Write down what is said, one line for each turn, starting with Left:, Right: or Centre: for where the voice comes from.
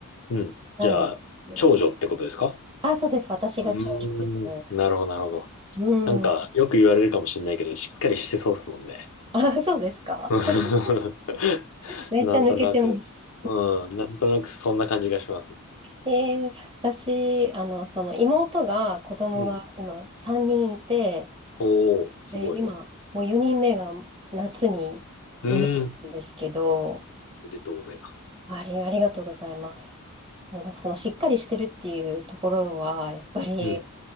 Left: うん。
Right: なんですけど。
Left: じゃあ、長女ってことですか
Right: あ、そうです。私が長女です。
Left: うーん。なるほど、なるほど。
Right: うん。
Left: なんか、よく言われるかもしれないけど、しっかりしてそうっすもんね。
Right: あ、そうですか。
Left: <laughs>
Right: <laughs> めっちゃ抜けてます。
Left: なんとなく。うん。なんとなくそんな感じがします。
Right: えー私、あの、その妹が、子供が今3人いて、
Left: うん。おー、すごい。
Right: で、今、もう4人目が夏に生まれたんですけど、
Left: うーん。おめでとうございます。
Right: あり、ありがとうございます。もうなんかそのしっかりしてるっていうところは、やっぱり、
Left: うん。